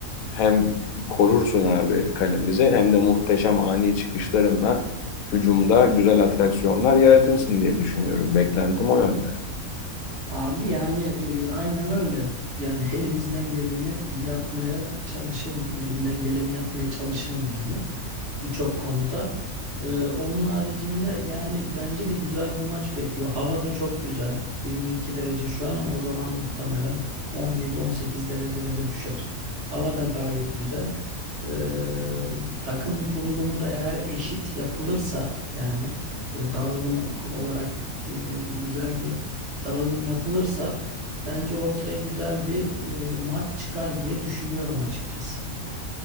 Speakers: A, on the left; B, on the right.
A: hem korursun abi kalemizi hem de muhteşem ani çıkışlarınla hücumda güzel atraksiyonlar yaratırsın diye düşünüyorum. Beklentim o yönde.
B: Abi yani e, aynen öyle. Yani <laughs> elimizden geleni yapmaya çalışırım. Elimden geleni yapmaya çalışırım yani birçok konuda. E, onun haricinde yani bence de güzel bir maç bekliyor. Hava da çok güzel. 22 derece şu an ama o zaman muhtemelen 17-18 derecelere düşer. Hava da gayet güzel. E, takım kurulumu da eğer eşit yapılırsa yani e, dağılım ok- olarak e, güzel bir dağılım yapılırsa bence ortaya güzel bir e, maç çıkar diye düşünüyorum açıkçası.